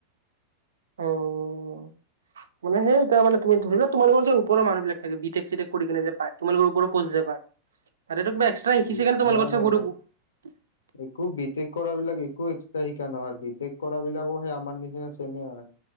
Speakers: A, on the right (about 65°); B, on the left (about 65°).
A: অ'।
B: <inaudible>
A: মানে সেই এতিয়া মানে তুমি ধৰিলোৱা তোমাৰ লগৰ যে ওপৰৰ মানুহিলাকে থাকে বি টেক চি টেক কৰি কিনে যে পাই, তোমালোকৰ ওপৰৰ পোষ্ট যে পায়। আৰু এইটো কিবা এক্সট্ৰা
B: এইটো
A: শিকিছে কাৰণে তোমাৰ
B: নাই
A: লগত
B: নাই নাই
A: <unintelligible>
B: একো বি টেক কৰা বিলাক একো এক্সট্ৰা শিকা নহয়, বি টেক কৰা বিলাকো সেই আমাৰ নিচিনা চেমে হয়।